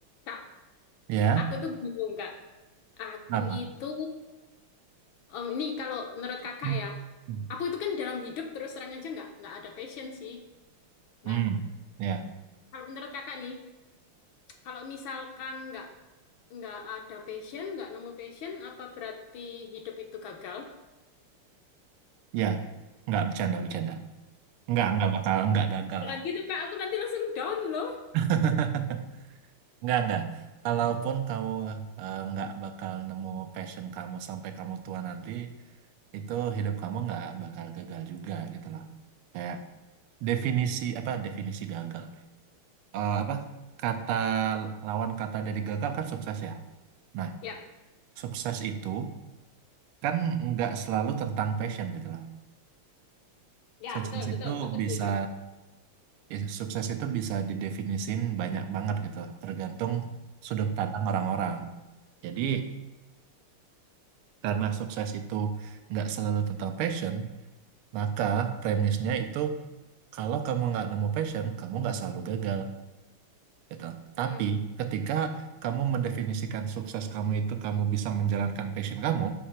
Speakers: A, on the left (about 70°); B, on the right (about 80°).
A: Kak,
B: Ya,
A: aku tuh bingung, Kak. Aku
B: apa?
A: itu, em, ini kalau menurut kakak
B: Hmm,
A: ya, aku itu kan dalam hidup terus terang aja nggak nggak ada passion sih.
B: Hmm.
A: Nah,
B: ya,
A: kalau menurut kakak nih, kalau misalkan nggak nggak ada passion, nggak nemu passion, apa berarti hidup itu gagal?
B: ya, nggak bercanda, bercanda. Nggak, nggak bakal, nggak gagal
A: Jangan
B: lah.
A: gitu, Kak. Aku nanti langsung down loh.
B: <laughs> Nggak, nggak. Kalaupun kamu eh, nggak bakal nemu passion kamu sampai kamu tua nanti, itu hidup kamu nggak bakal gagal juga gitu loh. Kayak definisi apa? Definisi gagal. Eh, apa? Kata lawan kata dari gagal kan sukses ya. Nah,
A: Ya,
B: sukses itu kan nggak selalu tentang passion gitu loh.
A: ya
B: Sukses
A: betul betul.
B: itu
A: Aku
B: bisa
A: setuju.
B: ya, sukses itu bisa didefinisin banyak banget gitu, tergantung sudut pandang orang-orang. Jadi, karena sukses itu nggak selalu tentang passion, maka premisnya itu kalau kamu nggak nemu passion, kamu nggak selalu gagal gitu. Tapi
A: Hmm.
B: ketika kamu mendefinisikan sukses kamu itu kamu bisa menjalankan passion kamu,